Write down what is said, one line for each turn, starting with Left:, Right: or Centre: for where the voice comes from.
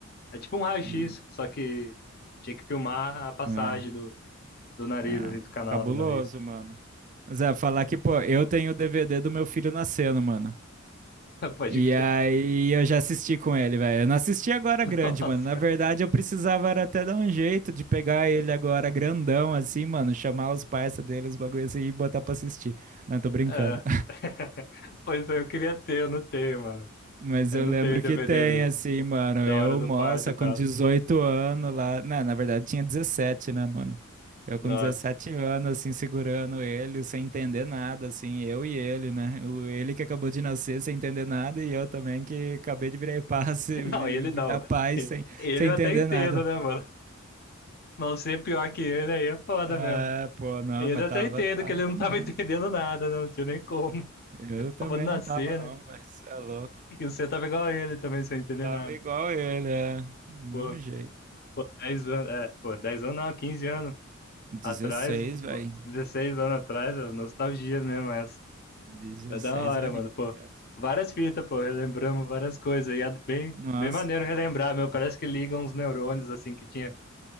Left: É tipo um raio-x,
Right: hum,
Left: só que tinha que filmar a passagem
Right: É.
Left: do, do nariz,
Right: É,
Left: assim, do canal
Right: cabuloso,
Left: do nariz.
Right: mano. Zé, falar que, pô, eu tenho o DVD do meu filho nascendo, mano.
Left: <laughs> Pode
Right: E
Left: crer.
Right: aí eu já assisti com ele, velho. Eu não assisti agora grande,
Left: Nossa.
Right: mano. Na verdade, eu precisava era até dar um jeito de pegar ele agora grandão, assim, mano. Chamar os parça dele, os bagulho assim, e botar pra assistir. Não, tô brincando.
Left: É. <laughs> Pois é, eu queria ter, eu não tenho, mano.
Right: Mas
Left: Eu
Right: eu
Left: não
Right: lembro
Left: tenho DVD
Right: que tem,
Left: do-
Right: assim, mano.
Left: da
Right: Eu,
Left: hora do
Right: moça,
Left: parto,
Right: com
Left: tá?
Right: 18 anos lá. Não, na verdade tinha dezessete né, mano? Eu com
Left: Nossa.
Right: 17 anos, assim, segurando ele, sem entender nada, assim, eu e ele, né? O, ele que acabou de nascer sem entender nada e eu também que acabei de virar paz, <laughs> virar
Left: <laughs> Não, ele não.
Right: pai
Left: <laughs>
Right: sem,
Left: Ele
Right: sem
Left: eu
Right: entender
Left: até entendo,
Right: nada.
Left: né, mano? Mas ser pior que ele aí é foda
Right: É,
Left: mesmo.
Right: pô, não,
Left: Ele
Right: mas
Left: eu até
Right: tava,
Left: entendo
Right: tava
Left: que ele
Right: também,
Left: não tava <laughs> entendendo
Right: né?
Left: nada, né? Não tinha nem como.
Right: Eu
Left: <laughs>
Right: também
Left: Tava nascendo
Right: não tava, não, mas é louco.
Left: E você tava igual a ele também, sem entender
Right: Tava
Left: nada.
Right: igual ele, é. Do mesmo
Left: Pô,
Right: jeito.
Left: 10 anos, é, pô, 10 anos não, 15 anos
Right: dezesseis
Left: atrás,
Right: velho.
Left: pô, 16 anos atrás, ó, nostalgia mesmo essa.
Right: dezesseis
Left: É da hora,
Right: aninhos
Left: mano, pô.
Right: já, sabe?
Left: Várias fitas, pô, relembramos várias coisas. E é bem,
Right: Nossa.
Left: bem maneiro relembrar, meu. Parece que ligam uns neurônios, assim, que tinha.